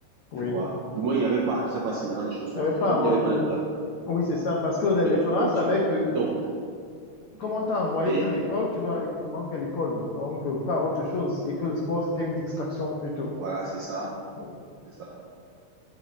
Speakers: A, on the left (about 90°); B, on the right (about 80°).
A: oui.
B: tu vois. Du moins, il n'y avait pas. Je ne sais pas si maintenant les choses sont
A: T'avais
B: différentes.
A: pas à avoir-
B: Il n'y avait pas les affaires
A: Oui, c'est ça. Parce que les, les
B: de
A: parents
B: sport-études.
A: savaient que,
B: Donc, oui.
A: comme on t'a envoyé
B: et il
A: pour
B: y a-
A: l'école, tu dois uniquement faire l'école. Donc, euh, pas autre chose. Et que le sport, c'était une distraction plutôt.
B: voilà, c'est ça,
A: Oui,
B: c'est ça.